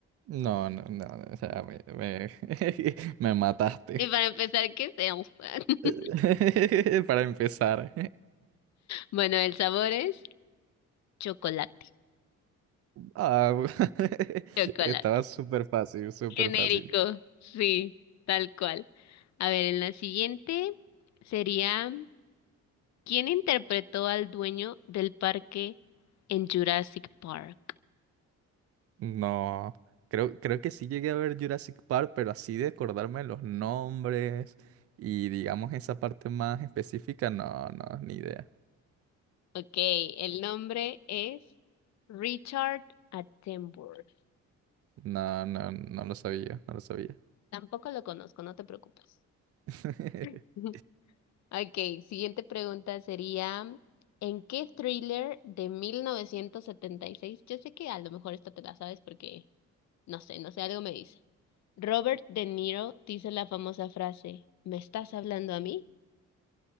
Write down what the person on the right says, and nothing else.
No, no, no, no, o sea, me, me, <laughs> me mataste.
<laughs> Para empezar.
Ah, <laughs>
estaba súper fácil, súper
fácil.
No, creo, creo que sí llegué a ver Jurassic Park, pero así de acordarme de los nombres y digamos esa parte más específica, no, no, ni idea.
No, no, no lo sabía, no lo sabía.
<laughs>